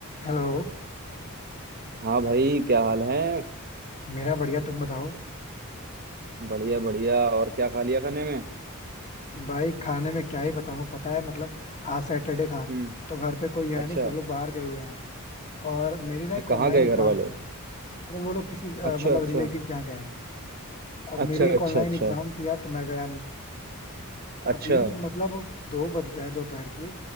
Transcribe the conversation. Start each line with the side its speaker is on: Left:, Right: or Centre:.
Left: हेलो
Right: हाँ भाई क्या हाल है
Left: मेरा बढ़िया तुम बताओ
Right: बढ़िया बढ़िया और क्या खा लिया खाने में
Left: भाई खाने में क्या ही बताऊं पता है मतलब आज सैटरडे था
Right: हम्म
Left: तो घर पे कोई है
Right: अच्छा
Left: नहीं सब लोग बाहर गए हुए हैं और मेरी ना एक
Right: कहाँ
Left: ऑनलाइन
Right: गए
Left: एग्जाम
Right: घर वाले
Left: थी अरे वो लोग किसी अ,
Right: अच्छा
Left: मतलब
Right: अच्छा
Left: रिलेटिव के यहाँ गए हैं अब
Right: अच्छा
Left: मेरी एक
Right: अच्छा
Left: ऑनलाइन
Right: अच्छा
Left: एग्जाम थी यार तो मैं गया नहीं अभी
Right: अच्छा
Left: मतलब दो बज गए दोपहर के